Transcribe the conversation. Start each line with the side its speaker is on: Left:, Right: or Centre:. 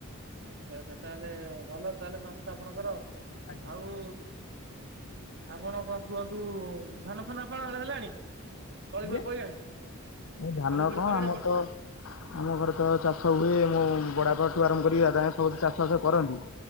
Right: ଆଚ୍ଛା ଆଚ୍ଛା ତାହେଲେ ଭଲ ତାହେଲେ ସଂସ୍ଥା ଆପଣଙ୍କର
Left: ଆଜ୍ଞା।
Right: ଆଉ ଆପଣ କଣ କୁହନ୍ତୁ ଧାନ ଫାନ ଆପଣଙ୍କର ହେଲାଣି ତଳି
Left: ଯେ
Right: ଫଳି ପଇଲାଣି?
Left: ଏ ଧାନ
Right: ତଳି ଫଳି
Left: କଣ
Right: ପଇଲାଣି
Left: ଆମ
Right: ଆପଣ
Left: ତ ଆମ ଘରେ ତ ଚାଷ ହୁଏ ମୋ ବଡଆପାଠୁ ଆରମ୍ଭ କରି କି ଦାଦା <unintelligible> ସମସ୍ତେ ଚାଷ ବାସ କରନ୍ତି।